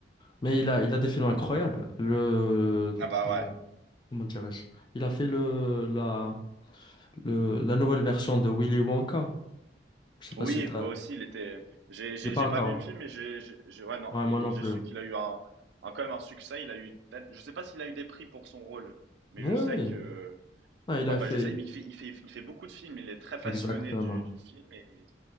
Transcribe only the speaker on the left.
Mais il a, il a des films incroyables. Le,
le-
comment dirais-je? Il a fait le, la, le- la nouvelle version de Willy Wonka. Je sais pas
si t'as.
Je l'ai pas
encore.
Ouais,
moi non plus.
Oui,
oui.
Ah, il
a
fait.
Exactement.